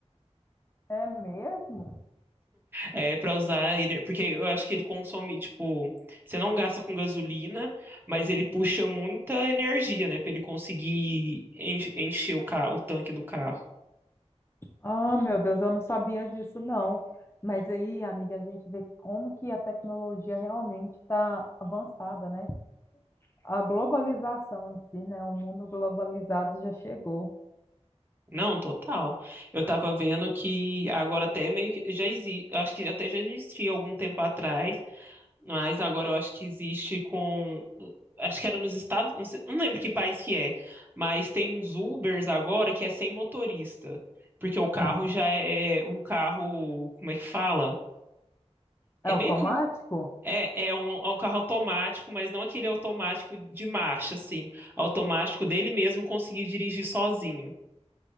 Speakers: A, on the left; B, on the right.
A: É mesmo?
B: É, para usar ele. Porque eu acho que ele consome, tipo. Você não gasta com gasolina, mas ele puxa muita energia, né? Pra ele conseguir en- encher o carro, o tanque do carro.
A: Ah, meu Deus, eu não sabia disso, não. Mas aí, amiga, a gente vê como que a tecnologia realmente está avançada, né? A globalização em si, né? O mundo globalizado já chegou.
B: Não, total. Eu tava vendo que agora até meio que já existe, acho que até já existia algum tempo atrás Mas agora eu acho que existe com. Acho que era nos Estados. Não sei- não lembro que país que é. Mas tem uns Ubers agora que é sem motorista. Porque o carro
A: Não,
B: já é é um carro. Como é que fala? É
A: é automático?
B: meio que um. É, é um, é um carro automático, mas não aquele automático de marcha, assim. Automático dele mesmo conseguir dirigir sozinho.